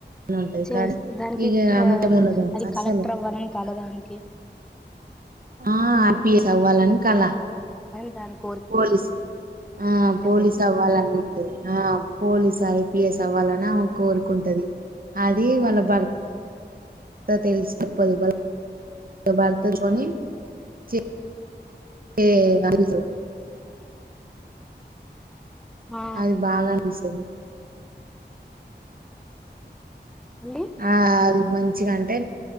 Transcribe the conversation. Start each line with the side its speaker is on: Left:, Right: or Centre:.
Right: ఉంటది
Centre: చేస్త
Right: కానీ
Centre: దానికి
Right: ఇగ ఆమెకేం
Centre: ఆ
Right: ఉండదు
Centre: అది
Right: అస్సలు
Centre: కలెక్టర్ అవ్వాలని కల దానికి
Right: ఆ హపీ అవ్వాలని కల
Centre: దానికి
Right: పోలీస్ ఆ పోలీస్
Centre: ఐపీఎస్
Right: అవ్వాలన్న ఉంటది ఆ పోలీస్ ఐపిఎస్ సవాలన్నా ఆమెకు కోరుకుంటది అది వాళ్ళ భర్త తెలుసు చెప్పది వాళ్ళ భర్తతోనీ చెప్పి ఏ <unintelligible>
Centre: ఆ
Right: అది బాగా అనిపిస్తది
Centre: అండి
Right: ఆ అ మ మంచిగాంటే